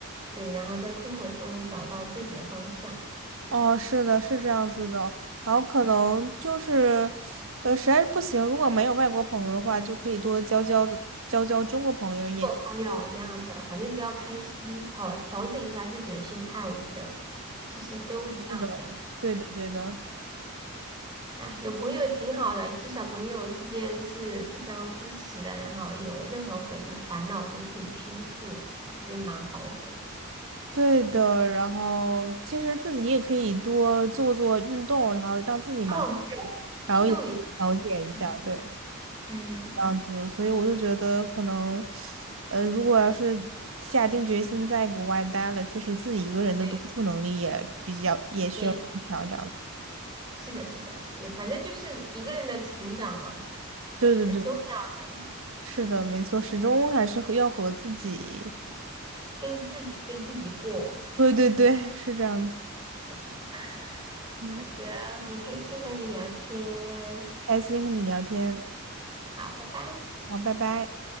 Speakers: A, on the right; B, on the right.
A: 对，然后在困惑中找到自己的方向。
B: 哦，是的，是这样子的。然后可能就是，呃，实在是不行，如果没有外国朋友的话，就可以多交交的交交中国朋友也挺。
A: 做朋友一样的，反正只要开心，调调整一下自己的心态，我觉得其实都一样的。
B: 是的，对的，对的。
A: 哎，有朋友挺好的，至少朋友之间是互相支持的，然后有任何烦恼烦恼都可以倾诉，我觉得蛮好的。
B: 对的，然后其实自己也可以多做做运动，然后让自己忙起来，
A: 哦，对，
B: 然后也可以调节一下，
A: 运动也是的，嗯
B: 对，
A: 嗯，
B: 这样子。所以我就觉得可能，呃，如果要是下定决心在国外待了，其实自己一个人的独处能力也比较也需要加强，
A: 对，也
B: 这样子。
A: 是的，是的，也反正就是一个人的成长嘛，
B: 对对对，
A: 很重要的，
B: 是的，没错，始终还是和要和自己，
A: 跟自己跟自己过。
B: 对对对，是这样的。
A: <laughs>
B: 嗯，
A: 好的，很开心和你聊天，
B: 开心和你聊天，
A: 好，拜拜。
B: 好，拜拜。